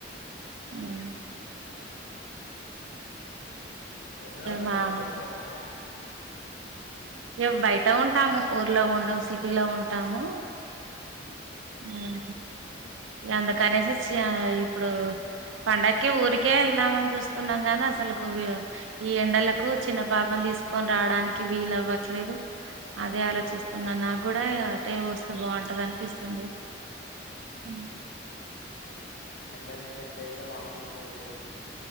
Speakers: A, on the right; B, on the left.
A: ఉ మ్
B: ఊర్లనే ఉంటార
A: మామూలు
B: లేపోతే ఎక్కనన్న ఉంటారా
A: మేమ్ బయట ఉంటాము ఊర్లో ఉండము సిటీలో ఉంటాము మ్
B: మ్మ్.
A: అందుకనేసి చ్చ ఇప్పుడు పండక్కి ఊరికే ఏళ్దామని చూస్తున్నాం గాని అసలుక్ ఈ ఎండలకు చిన్న పాపని తీస్కోనిరడానికి వీలవ్వట్లేదు అదే ఆలోచిస్తున్నా నాగుడా
B: మ్మ్.
A: అటే వస్తే బాగుంటంది అనిపిస్తూ స్తుంది ఉమ్
B: అవి ఎఫెక్ట్ అయితే వాంథింగ్స్ అయితై